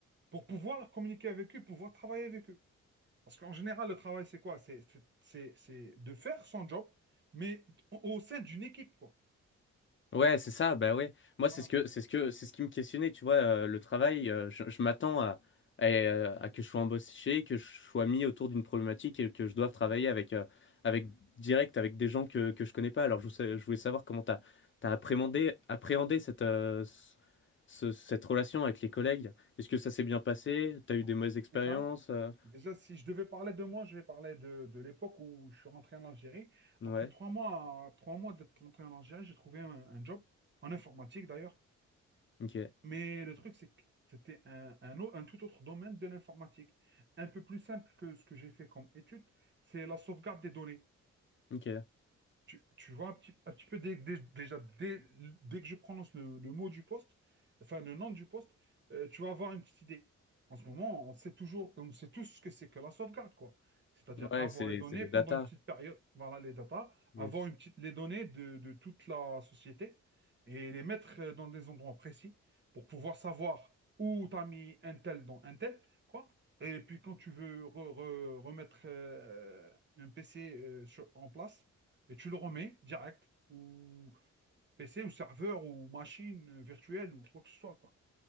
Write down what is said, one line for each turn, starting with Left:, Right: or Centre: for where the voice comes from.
Right: pour pouvoir communiquer avec eux, pouvoir travailler avec eux. Parce qu'en général, le travail, c'est quoi? C'est c'est- c'est- c'est de faire son job, mais au au sein d'une équipe, quoi.
Left: Ouais, c'est ça, bah ouais. Moi,
Right: Voilà.
Left: c'est ce que, c'est ce que, c'est ce qui me questionnait, tu vois, euh, le travail, euh, je, je m'attends à, à, euh, à que je sois embauché, que je sois mis autour d'une problématique et que je doive travailler avec, euh, avec direct, avec des gens que, que je connais pas. Alors, je, voulais je voulais savoir comment t'as, t'as appréhendé, appréhendé cette, euh, ce- cette relation avec les collègues. Est-ce que ça s'est bien passé? T'as eu
Right: Bon,
Left: des mauvaises expériences?
Right: déjà.
Left: euh
Right: Déjà, si je devais parler de moi, je vais parler de, de l'époque où je suis rentré en Algérie.
Left: Ouais,
Right: Après trois mois, trois mois d'être rentré en Algérie, j'ai trouvé un, un job en informatique d'ailleurs.
Left: ok,
Right: Mais le truc, c'est que c'était un, un au- un tout autre domaine de l'informatique. Un peu plus simple que ce que j'ai fait comme étude, c'est la sauvegarde des données.
Left: ok.
Right: Tu, tu vois un petit, un petit peu dès- dès- déjà dès, dès que je prononce le, le mot du poste, enfin le nom du poste, euh, tu vas avoir une petite idée. En ce moment, on sait toujours, on sait tous ce que c'est que la sauvegarde, quoi. C'est-à-dire
Left: Ouais,
Right: avoir
Left: c'est,
Right: les données
Left: c'est des
Right: pendant
Left: datas.
Right: une petite période, voilà les data,
Left: Yes.
Right: avoir une petite, les données de, de toute la société et les mettre euh, dans des endroits précis pour pouvoir savoir où tu as mis un tel dans un tel, quoi. Et puis quand tu veux re- re- remettre euh, un PC euh, sur- en place, et tu le remets direct, ou PC, ou serveur, ou machine euh, virtuelle, ou quoi que ce soit, quoi.